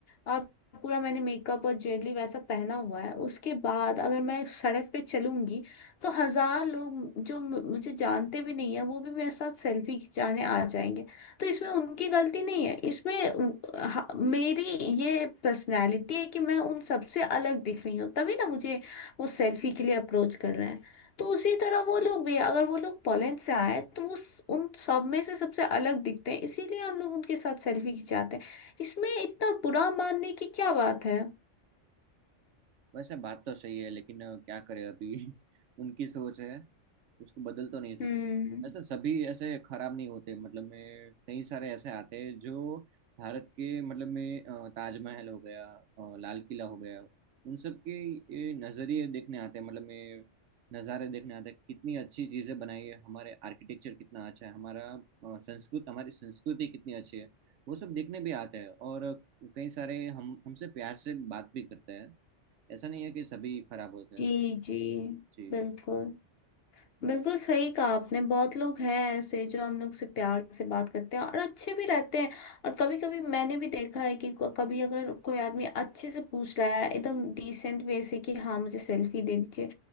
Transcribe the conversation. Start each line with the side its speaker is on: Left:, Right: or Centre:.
Left: और पूरा मैंने मेकअप और ज्वेलरी वैसा पहना हुआ है उसके बाद अगर मैं सड़क पे चलूंगी तो हजार लोग जो मु- मुझे जानते भी नहीं है वो भी मेरे साथ सेल्फी खिंचाने आ जाएंगे तो इसमें उनकी गलती नहीं है इसमें उन- हा- मेरी ये पर्सनैलिटी है कि मैं उन सबसे अलग दिख रही हूँ तभी ना मुझे वो सेल्फी के लिए अप्रोच कर रहे हैं तो उसी तरह वो लोग भी अगर वो लोग पोलैंड से आए तो वो स- उन सब में से सबसे अलग दिखते हैं इसीलिए हम लोग उनके साथ सेल्फी खिंचाते हैं इसमें इतना बुरा मानने की क्या बात है
Right: वैसे बात तो सही है लेकिन अ, क्या करें अभी <laughs> उनकी सोच है उसको बदल तो नहीं सकते
Left: हम्म
Right: वैसे सभी ऐसे खराब नहीं होते मतलब मैं कई सारे ऐसे आते हैं जो भारत के मतलब में अ, ताजमहल हो गया अ, लाल किला हो गया उन सब के ये नज़रिए देखने आते हैं मतलब में नज़ारे देखने आते हैं कितनी अच्छी चीज़ें बनाई है हमारे आर्किटेक्चर कितना अच्छा है हमारा अ, संस्कृत हमारी संस्कृति कितनी अच्छी है वो सब देखने भी आते हैं और कई सारे हम हमसे प्यार से बात भी करते हैं ऐसा नहीं है कि सभी खराब होते हैं
Left: जी जी
Right: जी
Left: बिल्कुल बिल्कुल सही कहा आपने बहुत लोग हैं ऐसे जो हम लोग से प्यार से बात करते हैं और अच्छे भी रहते हैं और कभी कभी मैंने भी देखा है कि को- कभी अगर कोई आदमी अच्छे से पूछ रहा है एकदम डिसेंट वे से कि हाँ मुझे सेल्फी दे दीजिए